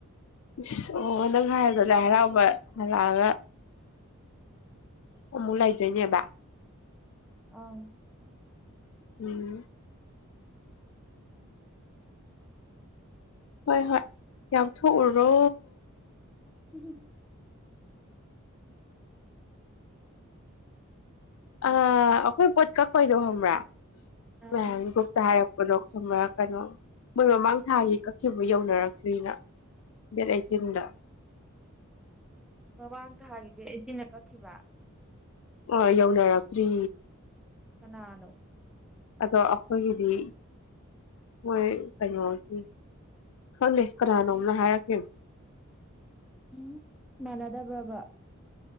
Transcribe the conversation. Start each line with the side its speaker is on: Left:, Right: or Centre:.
Left: ꯏꯁ ꯑꯣ ꯅꯪ ꯍꯥꯏꯕꯗꯣ ꯂꯥꯏ ꯍꯔꯥꯎꯕ ꯂꯛꯑꯒ ꯑꯃꯃꯨꯛ ꯂꯥꯏꯗ꯭ꯔꯣꯏꯅꯦꯕꯥ
Centre: ꯑꯥ
Left: ꯎꯝ ꯍꯣꯏ ꯍꯣꯏ ꯌꯥꯑꯣ ꯊꯣꯛꯎꯨꯔꯣ
Centre: ꯎꯝ
Left: ꯑ ꯑꯩꯈꯣꯏ ꯄꯣꯠ ꯀꯛꯄꯣꯏꯗꯣ ꯍꯕ꯭ꯔꯥ <unintelligible>
Centre: ꯑꯥ
Left: ꯒꯔꯨꯞ ꯍꯥꯏꯔꯞ <unintelligible> ꯀꯩꯅꯣ ꯃꯣꯏ ꯃꯃꯥꯡ ꯊꯥꯒꯤ ꯀꯛꯈꯤꯕ ꯌꯧꯅꯔꯛꯇ꯭ꯔꯤꯅ ꯗꯦꯠ ꯑꯩꯠꯇꯤꯟꯗ
Centre: ꯃꯃꯥꯡ ꯊꯥꯒꯤ ꯗꯦꯠ ꯑꯩꯏꯇꯤꯟ ꯗ ꯀꯥꯛ ꯈꯤꯕ
Left: ꯑ ꯌꯧꯅꯔꯛꯇ꯭ꯔꯤ
Centre: ꯀꯅꯥꯅꯣ
Left: ꯑꯗꯣ ꯑꯩꯈꯣꯏꯒꯤꯗꯤ ꯃꯣꯏ ꯀꯩꯅꯣꯒꯤ ꯈꯪꯗꯦ ꯀꯅꯥꯅꯣꯝꯅ ꯍꯥꯏꯔꯛ ꯀꯔꯤꯝ
Centre: ꯎꯝ ꯃꯥꯟꯅꯗꯕ꯭ꯔꯕ